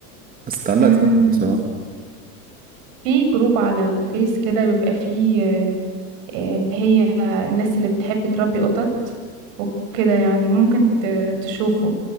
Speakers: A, on the right; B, on the right.
A: بس اتعلقت
B: امم
A: بيهم بصراحة
B: في جروب على الفيس كده بيبقى فيه آه، اللي هي الناس اللي بتحب تربي قطط وكده يعني ممكن ت- تشوفه